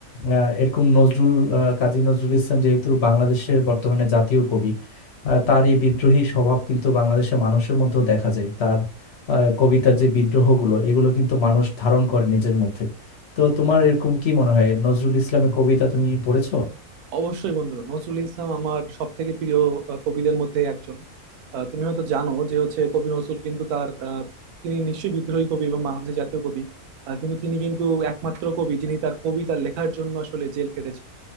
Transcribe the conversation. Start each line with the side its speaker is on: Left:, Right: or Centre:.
Left: আহ, এরকম নজরুল আহ, কাজী নজরুল ইসলাম যেহেতু বাংলাদেশের বর্তমানে জাতীয় কবি আহ, তার এই বিদ্রোহী স্বভাব কিন্তু বাংলাদেশের মানুষের মধ্যেও দেখা যায় তার আহ, কবিতার যে বিদ্রোহগুলো এগুলো কিন্তু মানুষ ধারণ করে নিজের মধ্যে তো তোমার এরকম কি মনে হয় নজরুল ইসলামের কবিতা তুমি পড়েছো
Right: অবশ্যই বন্ধু নজরুল ইসলাম আমার সব থেকে প্রিয় আহ, কবিদের মধ্যে একজন আহ, তুমি হয়তো জানো যে হচ্ছে কবি নজরুল কিন্তু তার আহ, তিনি নিশ্চয়ই বিদ্রোহী কবি এবং বাংলাদেশের জাতীয় কবি আহ, কিন্তু তিনি কিন্তু একমাত্র কবি যিনি তার কবিতা লেখার জন্য আসলে জেল কেটেছেন